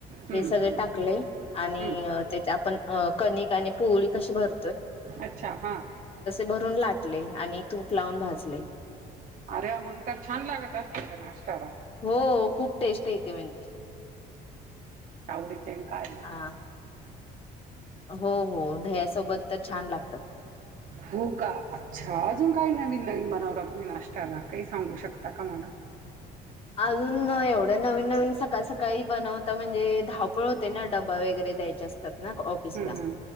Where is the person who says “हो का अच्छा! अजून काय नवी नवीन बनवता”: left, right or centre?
Right